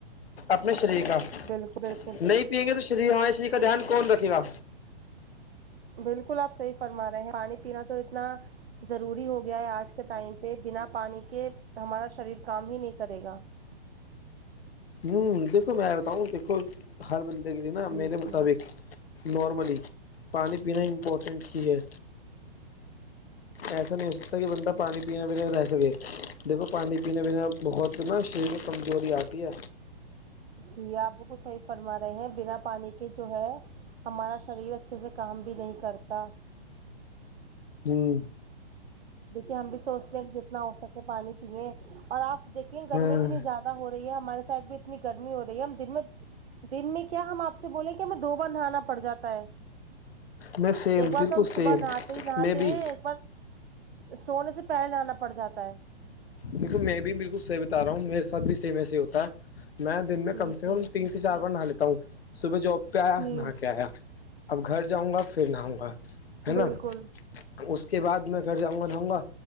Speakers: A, on the left (about 70°); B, on the right (about 70°).
A: اپنے شریریک کا <unintelligible>
B: بالکل بالکل
A: نہیں پئیں گے تو شریف ہم شریف کا دھیان کون رکھے گا
B: بالکل آپ صحیح فرما رہے ہیں پانی پینا تو اتنا ضروری ہو گیا ہے آج کے ٹائم پہ بنا پانی کے ہمارا شریر کام ہی نہیں کرے گا
A: ہوں دیکھو میں بتاؤں دیکھو ہر بندے کے لیے نا
B: جی
A: میرے مطابق
B: جی
A: نارملی پانی پینا امپورٹنٹ چیز ہے
B: <inaudible>
A: ایسا نہیں ہو سکتا کہ بند پانی پینے ب رہ سے دیکھو پانی پینے پنے بہت نا شریر میں کمزوری آتی ہے
B: جی آپ بالکل صحیح فرما رہے ہیں بنا پانی کے جو ہے ہمارا شریر اچھے سے کام بھی نہیں کرتا
A: ھمم
B: دیکھیے ہم بھی سوچتے ہیں کہ جتنا ہو سکے پانی پییں اور آپ دیکھیں گرمی
A: ہاں
B: اتنی زیادہ ہو رہی ہے ہمارے سائڈ بھی اتنی گرمی ہو رہی ہے ہم دن میں دن میں کیا ہم آپ سے سے بولے کہ ہمیں دو بار نہانا پڑ جاتا ہے
A: میں سیم
B: ایک بار
A: بالکل
B: تو ہم
A: سیم
B: صبح نہاتے ہی نہاتے
A: میں بھی
B: ہیں ایک بار سونے سے پہلے جنا پڑ جاتا ہے
A: دیکو میں بھی بالکل صحی بتا رہا ہوں میرے ساتھ بھی صی میںسے ہوتا ہے میں دن میں
B: جی
A: کم سے
B: جی
A: کم تین سے چار بار نہا لیتا ہوں صبح جاب پہ آیا
B: جی
A: نہا کے آیا اب گھر جاؤں گا پھر نہاؤں گا ہے
B: بالکل
A: نا اس کے بعد میں گھر جاؤں گا نہاؤں گا